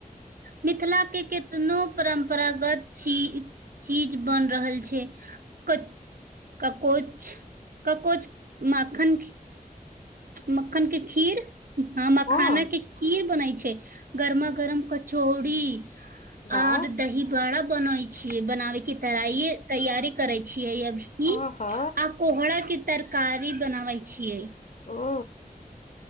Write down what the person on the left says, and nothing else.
हँ
वाह
आहा
ओ